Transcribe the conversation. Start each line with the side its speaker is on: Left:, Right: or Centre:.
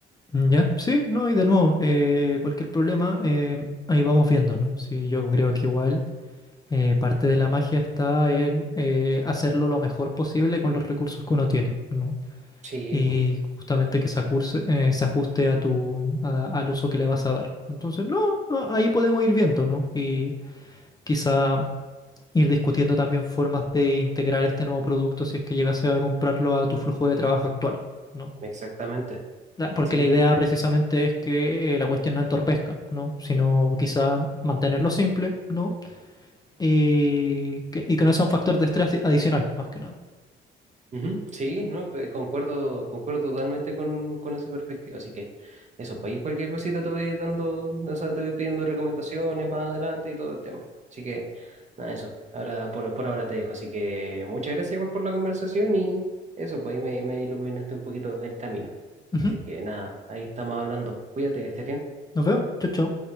Left: Mm, Ya, sí, no, y de nuevo, eh, cualquier problema, eh, ahí vamos viendo, ¿no? Sí, yo creo que igual. Eh, parte de la magia está en eh, hacerlo lo mejor posible con los recursos que uno tiene, ¿no?
Right: Sí,
Left: Y
Right: pues,
Left: justamente que se, acurse- eh, se ajuste a tu, a- al uso que le vas a dar. Entonces, no, no, ahí podemos ir viendo, ¿no? Y quizá ir discutiendo también formas de integrar este nuevo producto si es que llegase a comprarlo a tu flujo de trabajo actual, ¿no?
Right: exactamente.
Left: La- Porque
Right: Sí,
Left: la idea
Right: pues.
Left: precisamente es que eh, la cuestión no entorpezca, ¿no? Sino quizá mantenerlo simple, ¿no? y que, y que no sea un factor de estrés adicional, más que nada.
Right: ujú, Sí, no, Pues, concuerdo, concuerdo totalmente con, con esa perspectiva. Así que eso, pues ahí cualquier cosita te voy dando, o sea, te voy pidiendo recomendaciones más adelante y todo el tema. Así que nada, eso. Ahora, por, por ahora te dejo. Así que muchas gracias igual por la conversación y eso, pues ahí me, me iluminaste un poquito el camino.
Left: Ujú,
Right: Así que nada, ahí estamos hablando. Cuídate, que estés bien.
Left: Nos vemos. Chau, chau.